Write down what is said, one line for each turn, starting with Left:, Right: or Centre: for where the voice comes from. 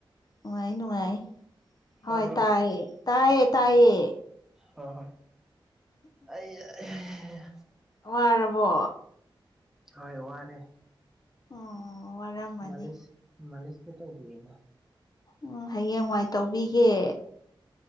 Left: ꯅꯨꯉꯥꯏ ꯅꯨꯉꯥꯏ ꯍꯣꯏ
Centre: ꯇꯥꯕ꯭ꯔꯣ
Left: ꯇꯥꯏꯌꯦ ꯇꯥꯏꯌꯦ ꯇꯥꯏꯌꯦ
Centre: ꯍꯣ ꯍꯣꯏ ꯑꯩꯌꯥ ꯑꯩꯌꯥ ꯌꯥ ꯌꯥ ꯌꯥ
Left: ꯋꯥꯔꯕꯣ
Centre: ꯍꯣꯏ ꯋꯥꯔꯦ
Left: ꯎꯝ ꯋꯥꯔꯝꯃꯅꯤ
Centre: ꯃꯥꯂꯤꯁ ꯃꯥꯂꯤꯁꯀ ꯇꯧꯕꯤꯌꯣꯕ
Left: ꯎꯝ ꯍꯌꯦꯡꯋꯥꯏ ꯇꯧꯕꯤꯒꯦ